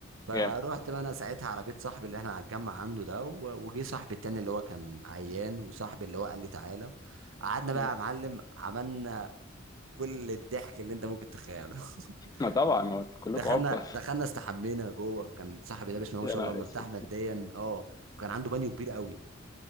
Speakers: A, on the right; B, on the left.
A: فروحت
B: جامد
A: بقى انا ساعتها على بيت صاحبي اللي احنا هنتجمع عنده ده و... وجي صاحبي التاني اللي هو كان عيان وصاحبي اللي هو قال لي تعالى قعدنا بقى
B: مم.
A: يا معلم عملنا كل الضحك اللي انت ممكن تتخيله <laughs>
B: ما طبعا ما انتوا كلكم
A: دخلنا
B: عبط اصلا
A: دخلنا استحمينا جوه كان صاحبي ده بسم
B: <laughs>
A: الله ما
B: يا
A: شاء
B: نهار
A: الله مرتاح
B: اسود
A: ماديا اه فكان عنده بانيو كبير قوي